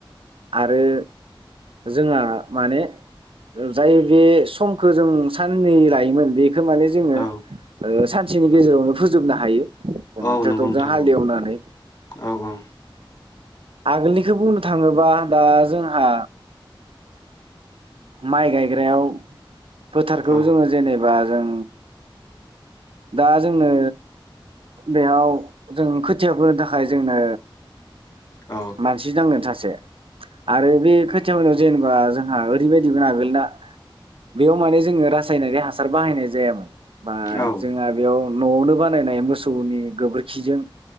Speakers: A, on the right; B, on the left.
A: आरो जोंहा माने जाय बे समखौ जों साननै लायोमोन बे खो माने जोङो
B: औ
A: सानसे गेजेरावनो फोजोबनो हायो
B: औ
A: ट्रेक्टरजों
B: नंगौ नोंथां
A: हालेवनानै
B: औ औ औ
A: आगोलनिखौ बुंनो थाङोबा दा जोंहा माइ गायग्रायाव फोथारखौ
B: औ
A: जोङो जेनेबा बा जों दा जोंनो बेयाव जों खोथियाफोनो थाखाय जोंनो
B: औ
A: मानसि नांगोन सासे आरो बे ख याव जेनेबा जोंहा ओरैबायदि आगोल ना बेयाव मान जो रासायनारि हासार बाहायनाय जायामोन बा
B: औ
A: जों बेयाव नवावनो बाना नाय मोसौनि गोबोरखिजों